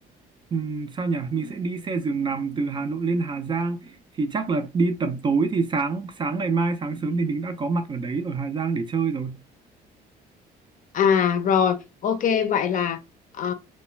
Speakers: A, on the right (about 30°); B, on the left (about 50°).
A: ừm, sao nhỉ? Mình sẽ đi xe giường nằm từ Hà Nội lên Hà Giang thì chắc là đi tầm tối thì sáng sáng ngày mai sáng sớm thì mình đã có mặt ở đấy ở Hà Giang để chơi rồi.
B: à rồi ok vậy là ờ,